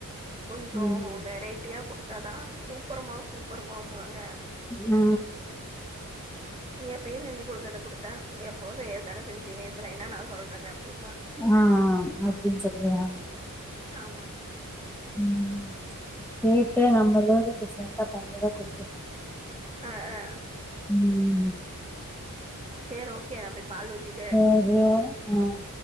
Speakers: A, on the right; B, in the centre.
A: கொஞ்சோ
B: ம்
A: வெரைட்டியா குடுத்தா தா சூப்பருமா சூப்பருமாம்பாங்க
B: ஆ
A: எப்பயு செஞ்சு குடுக்கறத குடுத்தா எப்போ செய்யற்தானே செஞ்சீங்க இதுல என்ன நா சொல்றது அப்டின்ம்பாங்க
B: ஆ அப்டின் சொல்லுவியா
A: ஆமா
B: ம் கேட்டா நம்ம எதாவ்து டிஃப்ரெண்டா பண்ணிதா குடுக்கணு
A: ஆ ஆ
B: ம்
A: சேரி ஓகே நா போய் பாலு ஊத்திட்
B: சேரியா ஆ